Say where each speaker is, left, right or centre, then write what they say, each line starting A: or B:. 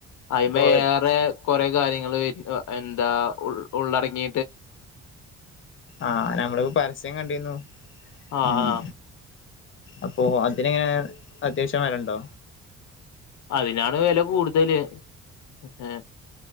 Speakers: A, on the left; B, on the left.
A: അതിമേ
B: അപ്പൊ
A: ഏറെ കൊറെ കാര്യങ്ങൾ എന്താ ഉള് ഉള്ളറങ്ങി
B: ആഹ് നമ്മള് പരസ്യം കണ്ടിര്ന്നു
A: ആഹ്
B: ഉം
A: ആഹ്
B: അപ്പോ അതിനെങ്ങനെ അത്യാവശ്യം വേലണ്ടോ
A: അതിനാണ് വേല കൂടുതല് ഏ